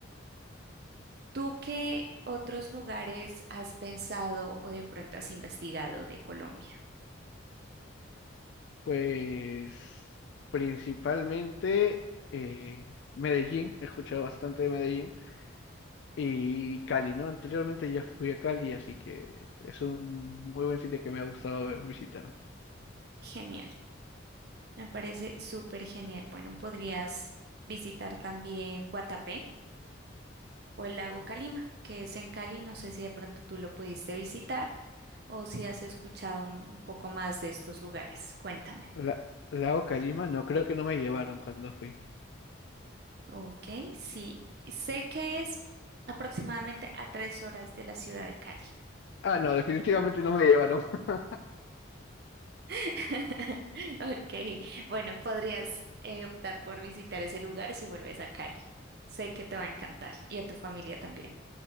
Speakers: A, on the right; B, on the left.
A: ¿Tú qué otros lugares has pensado o de pronto has investigado de Colombia?
B: Pues principalmente eh, Medellín, he escuchado bastante de Medellín y Cali, ¿no? Anteriormente ya fui a Cali, así que es un muy buen sitio que me ha gustado eh, visitar.
A: Genial, me parece súper genial. Bueno, podrías visitar también Guatapé o el lago Calima, que es en Cali. No sé si de pronto tú lo pudiste visitar o si has escuchado un poco más de estos lugares. Cuéntame.
B: La, Lago Calima, no, creo que no me llevaron cuando fui.
A: Ok, sí, sé que es aproximadamente a tres horas de la ciudad de Cali.
B: Ah, no, <laughs> definitivamente no me llevaron. <laughs>
A: <laughs> Ok, bueno, podrías eh, optar por visitar ese lugar si vuelves a Cali. Sé que te va a encantar y a tu familia también.